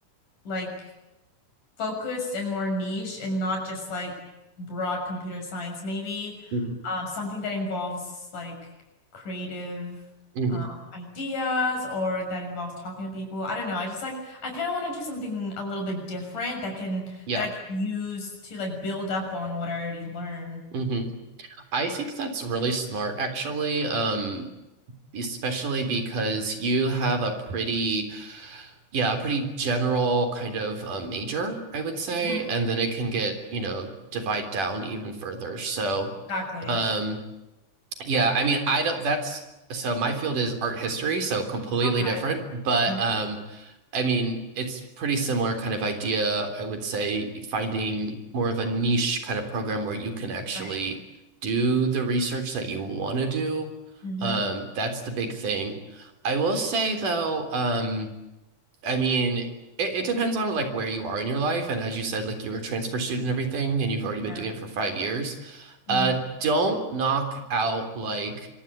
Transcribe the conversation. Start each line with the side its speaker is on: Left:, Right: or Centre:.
Left: like focused and more niche and not just like broad computer science. Maybe
Right: Mm-hmm.
Left: um, something that involves like creative
Right: Mm-hmm.
Left: um, ideas or that involves talking to people. I don't know. I just like I kind of want to do something a little bit different that can
Right: Yeah.
Left: that I can use to like build up on what I already learned.
Right: Mm-hmm. I think that's really smart, actually. Um, especially because you have a pretty yeah, a pretty general kind of uh, major, I would say,
Left: Mhm.
Right: and then it can get, you know, divide down even further. So,
Left: Exactly.
Right: um, yeah, I mean, I don't, that's, so my field is art history, so completely
Left: Okay.
Right: different, but
Left: Nice.
Right: um, I mean, it's pretty similar kind of idea, I would say, finding more of a niche kind of program where you can actually
Left: Right.
Right: do the research that you want to do.
Left: hmm
Right: Um, that's the big thing. I will say though, um, I mean, it, it depends on like where you are in your life. And as you said, like you're a transfer student and everything, and you've already been
Left: Yeah.
Right: doing it for five years.
Left: hmm
Right: Uh, don't knock out like,